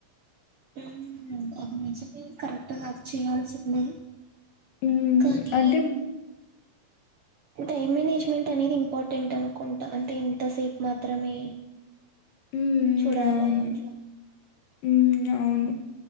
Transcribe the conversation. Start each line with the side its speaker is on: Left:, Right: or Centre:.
Right: ఉమ్మ్ అది మర్చిపోయా కరెక్ట్‌గా అది చేయాల్సిందే
Left: ఉమ్మ్
Right: కానీ
Left: అంటే
Right: టైమ్ మేనేజ్మెంట్ అనేది ఇంపార్టెంట్ అనుకుంటా అంటే ఇంతసేపు మాత్రమే
Left: హ్మ్.
Right: చూడాలా
Left: అవును.
Right: అట్లా
Left: హ్మ్. అవును.